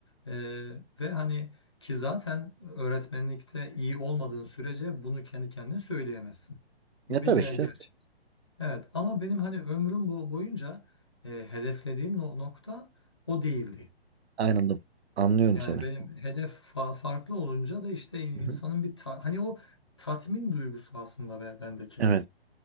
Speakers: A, on the left; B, on the right.
A: E, ve hani ki zaten öğretmenlikte iyi olmadığın sürece bunu kendi kendine söyleyemezsin.
B: Ya
A: Bu
B: tabii
A: bir ger
B: ki.
A: gerçek. Evet ama benim hani ömrüm bu boyunca e, hedeflediğim no- nokta o değildi.
B: Anladım. Anlıyorum
A: Yani
B: seni.
A: benim hedef fa- farklı olunca da işte in- insanın
B: Hı hı.
A: bir ta- hani o tatmin duygusu aslında be- bendeki.
B: Evet.